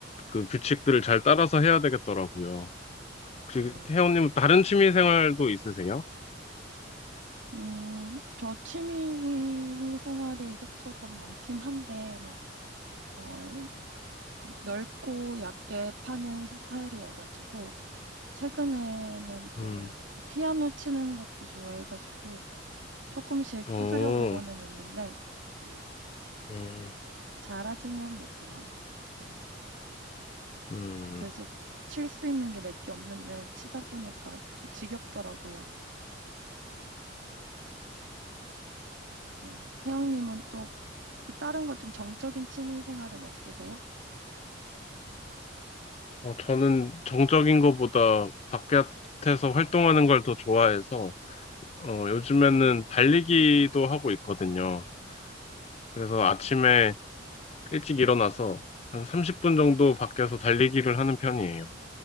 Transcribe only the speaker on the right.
음,
음, 저 취미 생활이 이것저것 많긴 한데 막, 어, 넓고 얕게 파는 스타일이어가지고 최근에는 또
그 피아노 치는 것도 좋아해가지고 조금씩
두드려 보고는 있는데 음.
잘하지는 못해요. 음,
계속 칠 수 있는 게 몇 개 없는데 치다 보니까 좀 지겹더라고요. 음, 세영님은 또 그 다른 거 좀 정적인 취미 생활은 없으세요?